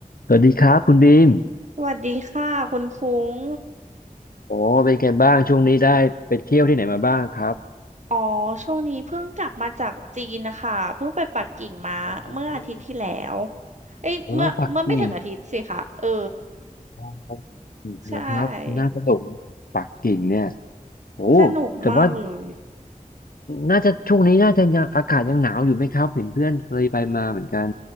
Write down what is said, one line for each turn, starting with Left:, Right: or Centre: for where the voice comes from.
Left: สวัสดีครับคุณบีม
Right: สวัสดีค่ะคุณคุ้ง
Left: โอ้เป็นไงบ้างช่วงนี้ได้ไปเที่ยวที่ไหนมาบ้างครับ
Right: อ๋อช่วงนี้เพิ่งกลับมาจากจีนนะคะเพิ่งไปปักกิ่งมาเมื่ออาทิตย์ที่แล้ว
Left: อ๋อ
Right: เอ้ยเมื่อเมื่อไม่ถึงอาทิตย์สิคะเออ
Left: โอ้ปักกิ่งโอ๋อ
Right: ใช่
Left: นะครับน่าสนุกนะครับปักกิ่งเนี่ยโอ้
Right: สนุกมากเลย
Left: แต่ว่าน่าจะช่วงนี้น่าจะยังอากาศยังหนาวอยู่ไหมครับเห็นเพื่อนเคยไปมาเหมือนกัน